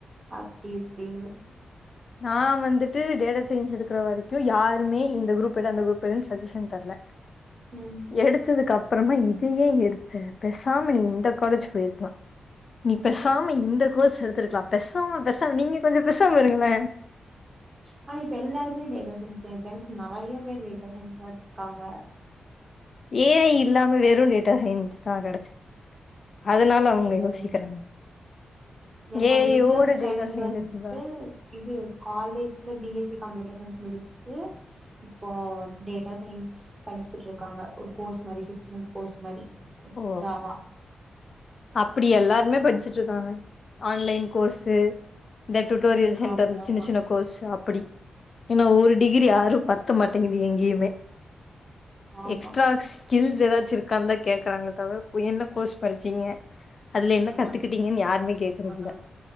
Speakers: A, on the right; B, on the left.
A: அப்டி இப்டின்னு
B: நான் வந்துட்டு டேட்டா செஞ்ச் எடுக்கற வரைக்கு யாருமே இந்த குரூப் எடு அந்த குரூப் எடுன்னு சஜஷன் தர்ல
A: ம்
B: எடுத்தது அப் அப்புறமா இதையேன் எடுத்த பேசாம நீ இந்த காலேஜ் போயிருக்கலா நீ பெசாம இந்த கோர்ஸ் எடுத்துருக்கலா பெசாம பெசாம நீங்க கொஞ்சம் பெசாம இருங்களே
A: ஆனா இப்ப எல்லாருமே டேட்டா சயின்ஸ் டேட்டா சயின்ஸ் நறைய பேர் டேட்டா சயின்ஸ் தான் எடுத்திருக்காங்க
B: ஏ ஐ இல்லாம வெறும் டேட்டா சயின்ஸ் தான் கடைச்சிது அதனால அவுங்க யோசிக்கிறாங்க
A: ஓ என்னோட
B: ஏஐயோட
A: இன்னொரு ஃப்ரெண்ட்
B: டேட்டா சயின்ஸ்
A: வந்துட்டு
B: எடுத்ததா
A: இது காலேஜ்ல B S C computer science முடிச் ட்டு இப்போ டேட்டா சயின்ஸ் படிச்சுட்டு இருக்காங்க ஒரு கோர்ஸ் மாரி சிக்ஸ் மந்த் கோர்ஸ் மாரி எக்ஸ்ட்ராவா
B: ஓ அப்படி எல்லாருமே படிச்சுட்டு இருக்காங்க ஆன்லைன் கோர்ஸு இந்த டூட்டோரியல்
A: ம்
B: சென்டர்
A: ஆமா ஆமா
B: சின்ன சின்ன கோர்ஸு அப்படி ஏன்னா ஒரு டிகிரி
A: ம்
B: ஆறு பத்த மாட்டேங்குது எங்கேயுமே
A: ஆமா
B: எக்ஸ்ட்ரா ஸ்கில்ஸ் ஏதாச்சு இருக்காந்தாக் கேக்குறாங்கள தவிர என்ன கோர்ஸ் படிச்சீங்க அதுல என்ன
A: ஆமா
B: கத்துக்கிட்டீங்கன்னு
A: நீ
B: யாருமே கேக்குறது
A: ஆ
B: இல்ல